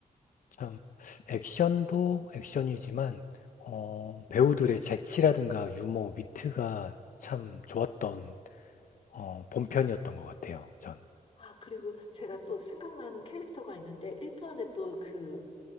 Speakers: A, on the left; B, on the left.
A: 참 액션도 액션이지만 어, 배우들의 재치라든가 유머, 위트가 참 좋았던 어, 본편이었던 것 같아요. 전
B: 아, 그리고 제가 또 생각나는 캐릭터가 있는데, 1편에 또 그